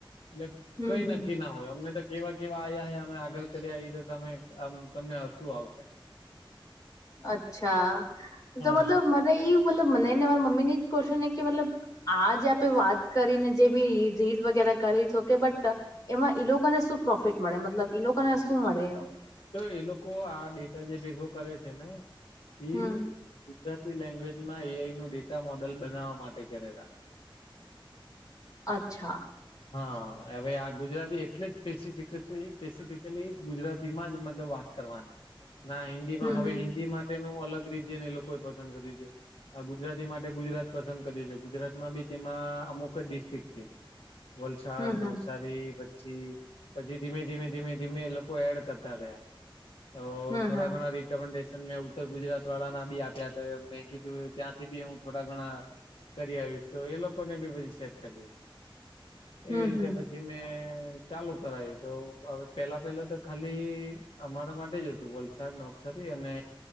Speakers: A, on the left; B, on the left.
A: એટલે
B: હમ
A: કઈ
B: હમ
A: નક્કી ના હોય અમને કેવા કેવા આવ્યા હ અમે આગળ કર્યા એ તો તમે આમ તમને હસવું આવશે.
B: અચ્છા
A: હા
B: તો મતલબ મને એ મતલબ મનેને મા મમી ની જ કો્વ્ન એ કે મતલબ આ જે આપે વાત કરીને જે બી રીત વગેરે કરી છો કે બટ એમાં ઈ લોકોને શું પ્રોફિટ મળે મતલબ ઈ લોકોને શું મળે
A: તો એ લોકો આ ડેટા જે ભેગો કરે છે ને
B: હમ
A: એ ગુજરાતી લેંગ્વેજમાં એઆઈનું ડેટા મોડલ બનાવવા માટે કરેલા.
B: અચ્છા.
A: હા હવે આ ગુજરાતી એટલે જ સ્પેસિફિક સ્પેસિફિકલી ગુજરાતીમાં જ મતલબ વાત કરવાની
B: <inaudible>
A: ના હિન્દીમાં
B: હમ
A: હવે
B: હમ
A: હિન્દી માટેનું અલગ રીતને એ લોકોએ પસંદ કરે છે. આ ગુજરાતી માટે ગુજરાત પસંદ કર્યું છે ગુજરાતમાં બી તેમાં અમુક જ ડિસ્ટ્રિક છે. વલસાડ
B: હમ
A: નવસારી પછી પછી ધીમે ધીમે ધીમે ધીમે લોકો એડ કરતા ગયા. તો
B: હમ
A: થોડા
B: હમ
A: ઘણા રિકમેન્ડેશન મે ઉત્તર ગુજરાત વાળાના બી આપ ત્યાં તો મેં કીધું ત્યાંથી બી હું થોડા ઘણા કરી આવીશ તો એ લોકોને બી બધી સેટ કરી.
B: હમ
A: એવી રીતે
B: હમ
A: પછી મેં ચાલુ કરાયું તો હવે પેલા પેલા તો ખાલી અમારા માટે જ હતું વલસાડનો નવસારી અને